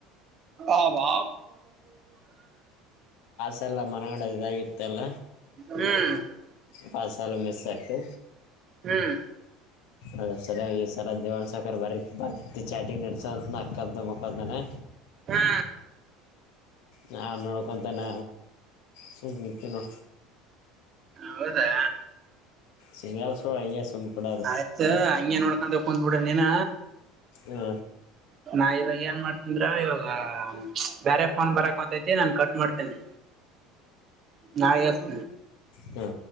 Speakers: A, on the right (about 45°); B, on the left (about 70°).
A: ಆಬ ಹಾ
B: ಸಲ್ಲ ಮರಗಡ ಇದಾಗಿತ್ತಲ್ಲ
A: ಹ್ಮ್
B: ಹಾರ ಸಾಲ ಮಿಸ ಸತೆ
A: ಹ್ಮ್
B: ಅದ ಸರಿ ಸಲ ದೇವಾಣ ಸಖರ್ ಬರೀ ಬರ್ ಚಾಟಿಂಗ್ ನಡ್ಸೋ ನಕ್ಕ್ದ ಮುಕ್ಕಂದನೆ
A: ಹಾ
B: ನ ನೋಡ್ಕೊಂತಾನ ಸುತ ನೋ
A: ಹೌದಾ
B: ಸಿಂಗಲ್ ಸೋಳ ಹಿಂಗೆ ಸುಮ್ಮ ಕೊಡೋದು
A: ಆಯ್ತ ಹಂಗಗೆ ನೋಡ್ಕಂತ ಕುಂದ್ಬಿಡ ನೀನ
B: ಹ
A: ನಾ ಇವಾಗ ಏನ್ ಮಾಡ್ತಂದ್ರ ಇವಾಗ ಬೇರೆ ಫೋನ್ ಬರಕ್ ಹೊತೈತಿ ನಾನನ್ ಕಟ್ ಮಾಡ್ತೇನೆ ನ ಎಸ್
B: ಹಾ